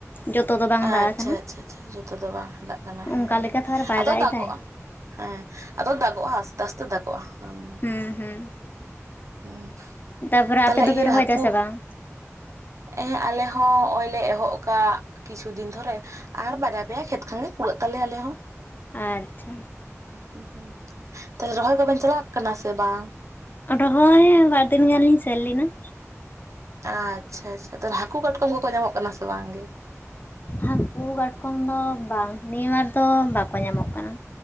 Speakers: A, on the left (about 40°); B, on the right (about 70°).
A: ᱡᱚᱛᱚ ᱫᱚ ᱵᱟᱝ
B: ᱟᱪᱪᱷᱟ
A: ᱫᱟᱜ ᱟᱠᱟᱱᱟ
B: ᱟᱪᱪᱷᱟ ᱪᱷᱟ ᱡᱷᱚᱛᱚ ᱫᱚ ᱵᱟᱝ ᱫᱟᱜ ᱠᱟᱱᱟ
A: ᱚᱱᱠᱟ
B: ᱦᱮᱸ ᱦᱮᱸ
A: ᱞᱮᱠᱟ ᱛᱚ ᱟᱨ ᱵᱟᱭ
B: ᱟᱫᱚ
A: ᱫᱟᱜ
B: ᱫᱟᱜᱚᱜᱼᱟ᱾
A: ᱮᱫᱟᱭ
B: ᱦᱮᱸ ᱟᱫᱚ ᱫᱟᱜᱚᱜᱼᱟ ᱟᱥᱛᱮ ᱟᱥᱛᱮ ᱫᱟᱜᱚᱜᱼᱟ ᱦᱩᱸ᱾
A: ᱦᱩᱸ ᱦᱩᱸ᱾
B: ᱦᱩᱸ᱾
A: ᱛᱟᱯᱚᱨᱮ
B: ᱛᱟᱦᱚᱞᱮ
A: ᱟᱯᱮ ᱫᱚᱯᱮ
B: ᱤᱭᱟᱹ
A: ᱨᱚᱦᱚᱭ
B: ᱦᱟᱹᱠᱩ
A: ᱫᱟ ᱥᱮ ᱵᱟᱝ?
B: ᱦᱮᱸ ᱟᱞᱮ ᱦᱚᱸ ᱚᱜᱼᱚᱭ ᱞᱮ ᱮᱦᱚᱵ ᱠᱟᱜ ᱠᱤᱪᱷᱩ ᱫᱤᱱ ᱫᱷᱚᱨᱮ, ᱟᱨ ᱵᱟᱨ ᱯᱮᱭᱟ ᱠᱷᱮᱛ ᱠᱷᱟᱱᱜᱮ ᱠᱩᱞᱟᱹᱜ ᱛᱟᱞᱮᱭᱟ ᱟᱞᱮ ᱦᱚᱸ᱾
A: ᱟᱪᱪᱷᱟ᱾
B: ᱦᱩᱸ ᱦᱩᱸ ᱛᱟᱦᱞᱮ ᱨᱚᱦᱚᱭ ᱠᱚᱵᱮᱱ ᱪᱟᱞᱟᱜ ᱠᱟᱱᱟ ᱥᱮ ᱵᱟᱝ?
A: ᱨᱚᱦᱚᱭ ᱵᱟᱨᱫᱤᱱ ᱜᱟᱱ ᱞᱤᱧ ᱥᱮᱱ ᱞᱮᱱᱟ᱾
B: ᱟᱪᱪᱷᱟ ᱟᱪᱪᱷᱟ ᱛᱟᱞᱦᱮ ᱦᱟᱹᱠᱩ ᱠᱟᱴᱠᱚᱢ ᱠᱚᱠᱚ ᱧᱟᱢᱚᱜ ᱠᱟᱱᱟ ᱥᱮ ᱵᱟᱝ ᱜᱮ?
A: ᱦᱟᱹᱠᱩ ᱠᱟᱴᱠᱚᱢ ᱫᱚ ᱵᱟᱝ ᱱᱤᱭᱟᱹ ᱵᱟᱨ ᱫᱚ ᱵᱟᱠᱚ ᱧᱟᱢᱚᱜ ᱠᱟᱱᱟ,